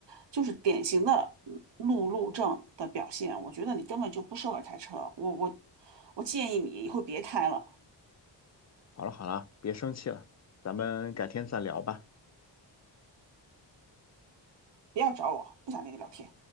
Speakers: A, on the right; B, on the left.
A: 就是典型的嗯路怒症的表现。我觉得你根本就不适合开车，我我我建议你以后别开了，
B: 好了好了，别生气了，咱们改天再聊吧。
A: 不要找我，不想跟你聊天。